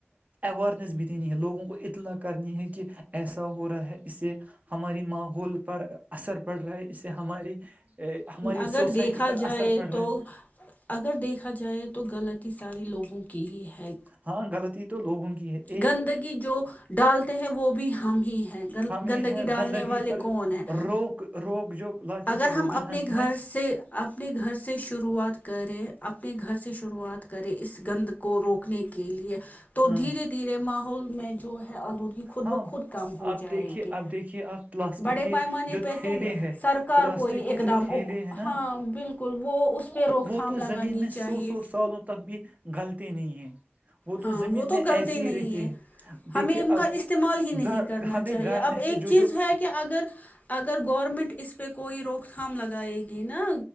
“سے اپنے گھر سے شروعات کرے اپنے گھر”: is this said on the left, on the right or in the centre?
Left